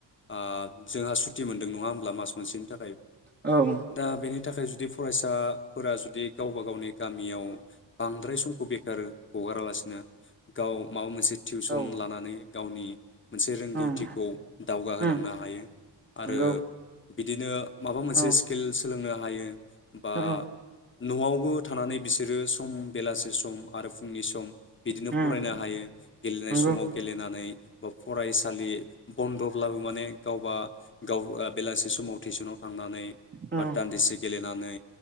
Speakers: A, on the left (about 25°); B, on the right (about 25°).
A: आ जोंहा सु थि मोनदों नङा होमब्ला मास मोनसेनि थाखाय
B: औ
A: दा बेनि था खाय जुदि फरायसाफोरा जुदि गावबा गावनि गामियाव बांद्राय समखौ बेखारो हगारालासिनो गाव माबा मोनसे टिउसन
B: औ
A: लानानै गावनि मोनसे रोंगौथिखौ
B: उम
A: दावगाहोलांनो
B: उम
A: हायो आरो
B: नंगौ
A: बिदिनो माबा मोनसे
B: औ
A: स्किल सोलोंनो हायो। बा
B: औ
A: न'आवबो थानानै बिसोरो सम बेलासि सम आरो फुंनि सम बिदिनो
B: उम
A: फरायनो हायो गेलेनाय
B: नंगौ
A: समाव गेलेनानै बा फरायसालि बन्द'ब्लाबो माने गावबा गाव बेलासि समाव टिउसनाव थांनानै
B: औ
A: बा
B: उम
A: दान्दिसे गेलेनानै